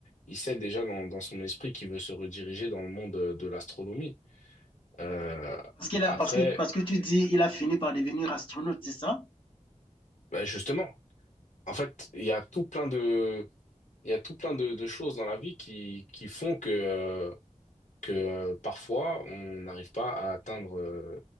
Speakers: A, on the left (about 70°); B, on the left (about 40°).
A: il sait déjà dans, dans son esprit qu'il veut se rediriger dans le monde euh, de l'astronomie. Euh,
B: Parce, qu'il
A: après,
B: a- parce, que, parce que tu dis il a fini par devenir astronaute, c'est ça?
A: ben justement, en fait, il y a tout plein de, il y a tout plein de, de choses dans la vie qui, qui font que, euh, que euh, parfois on n'arrive pas à atteindre euh,